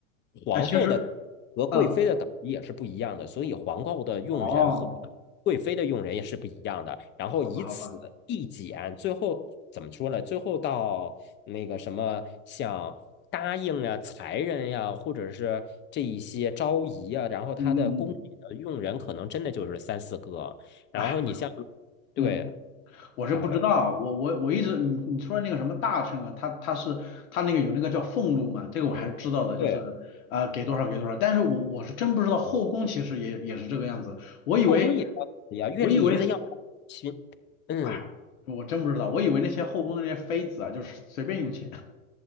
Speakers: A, on the left; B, on the left.
A: 皇后的和贵妃的等级也是不一样的，
B: 哎，其实，嗯，
A: 所以皇后的用人和
B: 哦，
A: 贵妃的用人也是不一样的。然后以此递减，
B: 好吧，好吧，
A: 最后怎么说呢？最后到那个什么，像答应啊、才人呀、或者是这一些昭仪啊，然后他的宫里的用人可能真的就是三四个。
B: 嗯嗯嗯，哎，
A: 然后你像，
B: 我，
A: 对，
B: 嗯。我是不知道，
A: 啊、呃
B: 我我我一直你你说的那个什么大臣啊，他他是他那个有那个叫俸禄嘛，这个我还是知道的，
A: 对，
B: 就是呃给多少给多少，但是我我是真不知道后宫其实也也是这个样子，我以为
A: 后宫也要也要月例银子要行，
B: 我以为
A: 嗯，
B: 哎，我真不知道，我以为那些后宫的那些妃子啊，就是随便用钱，